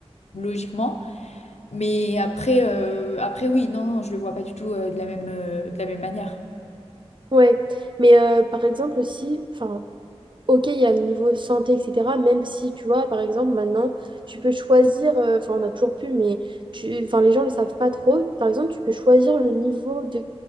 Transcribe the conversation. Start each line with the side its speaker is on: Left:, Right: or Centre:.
Left: logiquement. Mais après, euh, après oui, non, non, je le vois pas du tout euh, de la même, euh, de la même manière.
Right: Ouais, mais euh, par exemple si, enfin, ok, il y a le niveau santé, etc. Même si, tu vois, par exemple, maintenant, tu peux choisir, euh, enfin, on a toujours pu, mais tu, enfin, les gens ne le savent pas trop. Par exemple, tu peux choisir le niveau de,